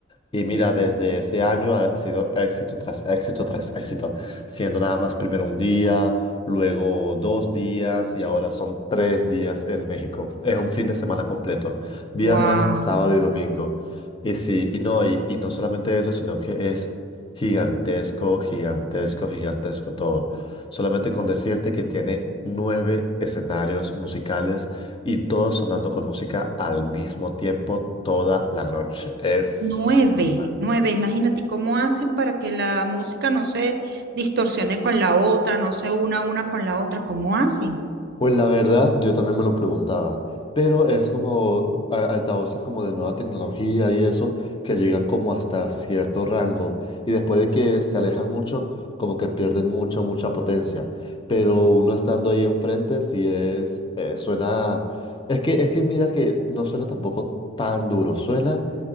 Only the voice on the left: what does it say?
Y mira, desde ese año ha sido éxito tras éxito tras éxito, siendo nada más primero un día, luego dos días y ahora son tres días en México. Es un fin de semana completo, viernes,
sábado y domingo. Y sí, y no, y, y no solamente eso, sino que es gigantesco, gigantesco, gigantesco todo. Solamente con decirte que tiene nueve escenarios musicales y todo sonando con música al mismo tiempo toda la noche. Es...
colosal.
Pues la verdad, yo también me lo preguntaba, pero es como a- altavoces como de nueva tecnología y eso, que llegan como hasta cierto rango y después de que se alejan mucho, como que pierden mucha, mucha potencia. Pero uno estando ahí enfrente, sí es, eh, suena... Es que, es que mira que no suena tampoco tan duro, suena